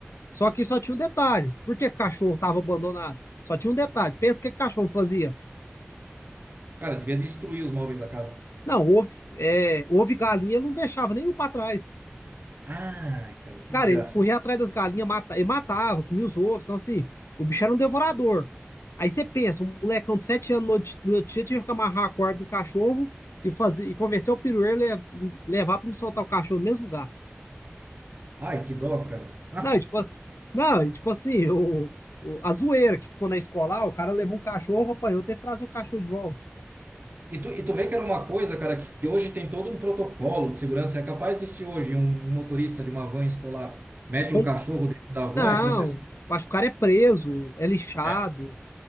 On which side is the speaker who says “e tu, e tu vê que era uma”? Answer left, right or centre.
Right